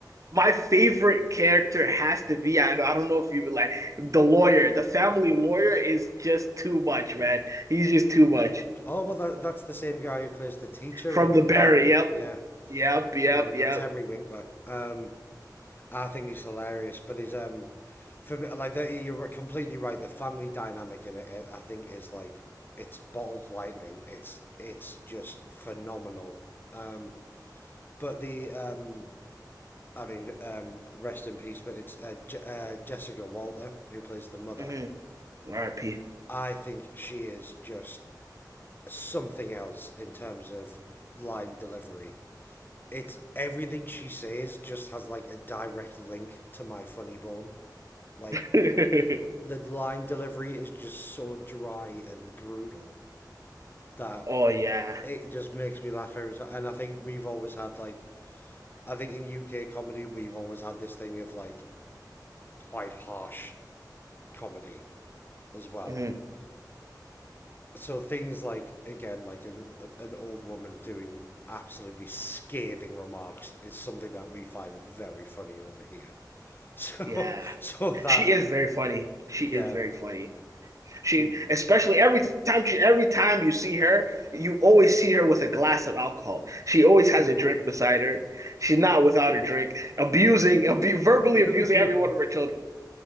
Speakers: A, on the right (about 45°); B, on the left (about 30°).
A: my favorite character has to be. I, I don't know if you would like the lawyer. The family lawyer is just too much, man. He's just too much.
B: oh well, that, that's the same guy who plays the teacher
A: From
B: in
A: the Barry.
B: Barry.
A: Yep,
B: Yeah,
A: yep, yep,
B: um,
A: yep.
B: that's Henry Winkler. Um, I think he's hilarious, but he's um, for me, like the, you're right, completely right. The family dynamic in it, I think, is like it's bottled lightning. It's it's just phenomenal. Um, but the um, I mean, um, rest in peace. But it's uh, Je- uh, Jessica Walter who plays the mother.
A: hmm R.I.P.
B: I think she is just something else in terms of line delivery. It's everything she says just has like a direct link to my funny bone. Like
A: <laughs>
B: the line delivery is just so dry and brutal that
A: Oh yeah.
B: it just makes me laugh every time. And I think we've always had like I think in UK comedy we've always had this thing of like quite harsh comedy as well.
A: hmm
B: So things like again like an an old woman doing absolutely scathing remarks is something that we find very funny over here. <laughs> So
A: Yeah.
B: so that
A: She is very funny. She
B: yeah.
A: is very funny. She
B: Mm.
A: especially every time she every time you see her, you always see her with a glass of alcohol. She always has
B: hmm
A: a drink beside her. She's not without a drink, abusing, abu verbally
B: <laughs>
A: abusing every one of her children.